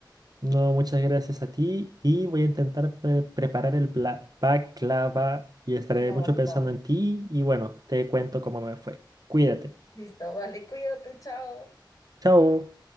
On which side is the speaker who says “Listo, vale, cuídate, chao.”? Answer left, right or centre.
Left